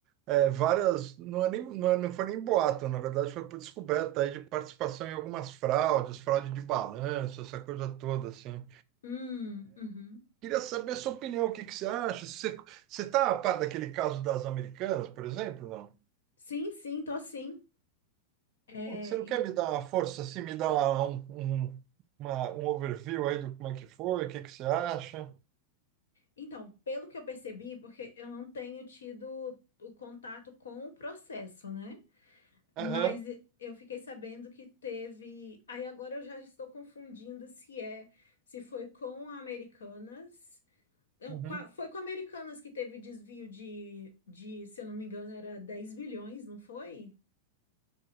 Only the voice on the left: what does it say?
Hum, uhum.
Sim, sim, tô sim. É,
en-
então, pelo que eu percebi, porque eu não tenho tido o contato com o processo, né? Mas
e- eu fiquei sabendo que teve. Aí agora eu já estou confundindo se é, se foi com a Americanas Não,
com a- foi com a Americanas que teve desvio de, de, se eu não me engano, era 10 bilhões, não foi?